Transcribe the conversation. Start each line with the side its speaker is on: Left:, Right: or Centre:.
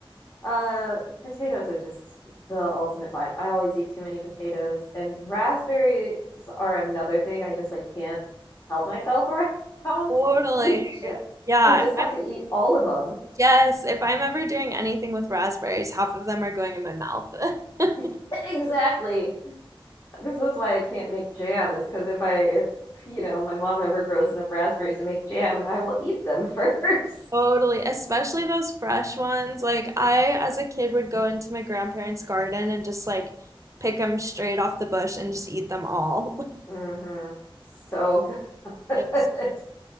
Left: Uh, potatoes are just the ultimate vibe. I always eat too many potatoes, and raspberries are another thing. I just like can't help myself <laughs> around.
Right: <laughs> totally
Left: I just
Right: yeah
Left: I just
Right: if
Left: have
Right: i'm
Left: to eat all of them.
Right: yes if i'm ever doing anything with raspberries half of them are going in my mouth <laughs>
Left: <laughs> Exactly. This is why I can't make jam, is because if I if you know my mom ever grows enough raspberries to make jam, I will eat them <laughs> first.
Right: Totally, especially those fresh ones. Like I, as a kid, would go into my grandparents' garden and just like pick them straight off the bush and just eat them all. <laughs>
Left: hmm So good. <laughs>
Right: It's-